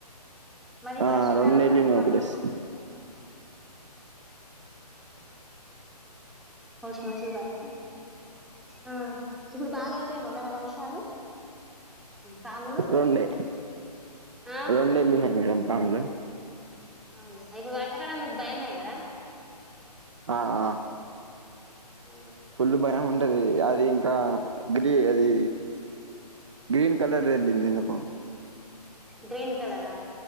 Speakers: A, in the centre; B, on the right.
A: మరి
B: ఆ
A: వర్షాకాలం
B: రెండు వెళ్ళినాయి
A: ఇప్పుడు మ
B: ఒకటేసి
A: వర్షం వచ్చింది బాత్ కర్నె ఆ ఇప్పుడు బాగా వత్తయేమో కదా వర్షాలు పాములు
B: రెండే
A: ఆ
B: రెండు వేళ్ళినాయి మేడం పాములు
A: అవునా ఇప్పుడు వర్షకాలం మీకు భయమే కదా
B: ఆ ఆ
A: ఉ
B: ఫుల్ భయం ఉంటది అది ఇంకా గ్రీ అది గ్రీన్ కలర్ వెళ్ళింది ఎందుకో
A: గ్రీన్ కలరా